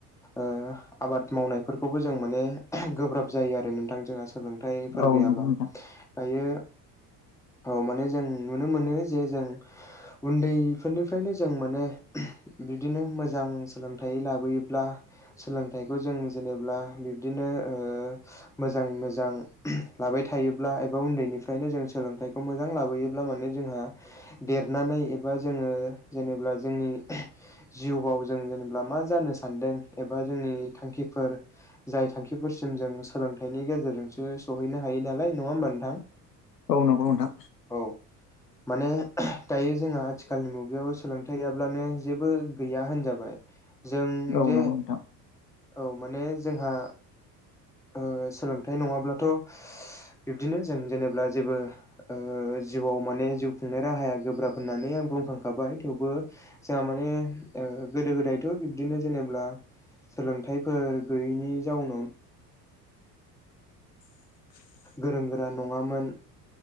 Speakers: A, in the centre; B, on the left.
A: ओ आबाद मावनायफोरखौबो जों माने गोब्राब जायो आरो नोंथां जोंहा सोलोंथाइफोर
B: औ
A: गैयाबा
B: नंगौ नोंथां
A: दायो औ माने जों नुनो मोनो जे जों उन्दैफोरनिफ्रायनो जों माने बिदिनो मोजां सोलोंथाइ लाबोयोब्ला सोलोंथाइखौ जों जेनेब्ला बिब्दिनो ओ मोजाङै मोजां लाबाय थायोब्ला एबा उन्दैनिफ्रायनो जों सोलोंथाइखौ मोजां लाबोयो ब्ला माने जोंहा देरनानै एबा जोङो जेनेब्ला जोंनि जिउआव जों जेनेब्ला मा जानो सानदों एबा जोंनि थांखिफोर जाय थांखिफोरसिम जों सोलोंथाइनि गेजेरजोंसो सहैनो हायो नालाय नङा होमबा नोंथां।
B: औ नंगौ नोंथां।
A: औ माने दायो जोंहा आथिखालनि मुगायाव सोलोंथाइ गैयाब्लानो जेबो गैया होनजाबाय जों
B: नोंथां
A: जे औ माने जोंहा ओ सोलोंथाइ नङाब्लाथ' बिब्दिनो जों जेनेब्ला जेबो ओ जिउआव माने जिउ खुंनाय राहाया गोब्राब होननानै आं बुंखांखाबाय। थेवबो जोंहा माने ओ गोदो गोदायथ' बिब्दिनो जेनेब्ला सोलोंथाइफोर गैयैनि जाउनावनो
B: <inaudible>
A: गोरों गोरा नङामोन।